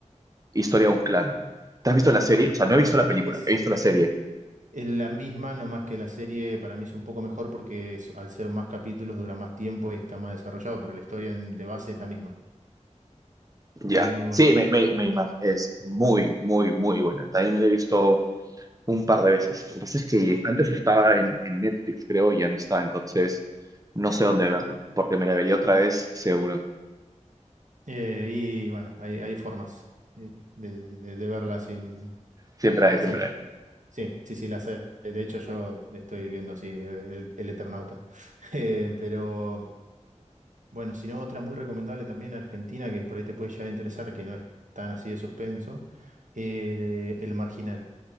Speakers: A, on the right; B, on the right.
A: Historia de un clan. ¿Te has visto la serie? O sea, no he
B: Eh,
A: visto la película,
B: Es,
A: he visto la serie.
B: es la misma, nomás que la serie para mí es un poco mejor porque es- al ser más capítulos dura más tiempo y está más desarrollado, pero la historia en- de base es la misma.
A: Ya.
B: Es muy buena.
A: Sí, me, me, me imag- es muy, muy, muy buena. También me la he visto un par de veces. Lo que pasa es que
B: Mira.
A: antes estaba en, en Netflix, creo, y ya no está, entonces no sé dónde verla, porque me la vería otra vez seguro.
B: Eh, y bueno, hay, hay formas eh, de, de- de verla sin...
A: Siempre hay,
B: Sí.
A: siempre hay.
B: Sí, sí, sí, las hay. De hecho, yo estoy viendo así el, el Eternauta. <laughs> Eh, pero bueno, si no, otra muy recomendable también argentina que por ahí te puede llegar a interesar, que no es tan así de suspenso, eh, El Marginal.